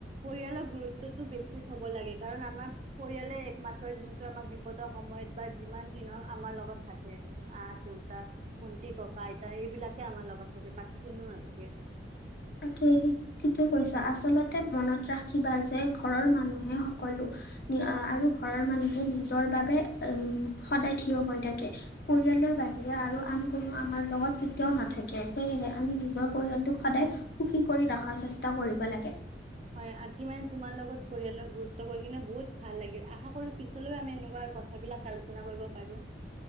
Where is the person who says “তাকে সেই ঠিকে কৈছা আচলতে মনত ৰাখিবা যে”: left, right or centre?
Left